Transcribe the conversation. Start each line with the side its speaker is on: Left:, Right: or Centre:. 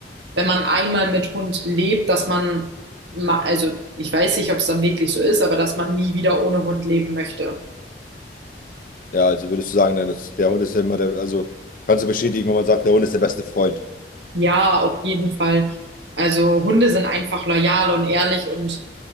Right: wenn man einmal mit Hund lebt, dass man, ma- also ich weiß nicht, ob es dann wirklich so ist, aber dass man nie wieder ohne Hund leben möchte.
Left: Ja, also würdest du sagen, dann ist, der Hund ist ja immer der, also kannst du bestätigen, wenn man sagt, der Hund ist der beste Freund.
Right: Ja, auf jeden Fall. Also Hunde sind einfach loyal und ehrlich und